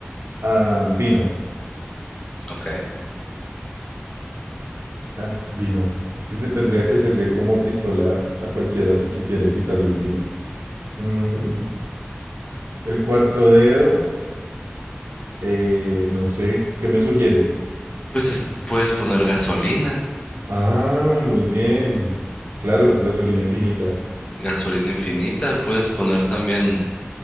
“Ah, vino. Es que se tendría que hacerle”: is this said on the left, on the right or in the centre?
Right